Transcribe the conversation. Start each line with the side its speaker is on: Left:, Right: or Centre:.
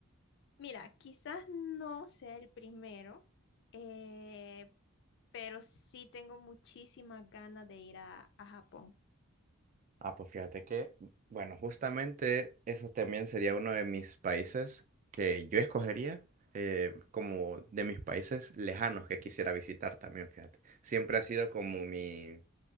Left: Mira, quizás no sea el primero, eh, pero sí tengo muchísimas ganas de ir a, a Japón.
Right: Ah, pues fíjate que, bueno, justamente eso también sería uno de mis países que yo escogería eh, como de mis países lejanos que quisiera visitar también, fíjate. Siempre ha sido como mi,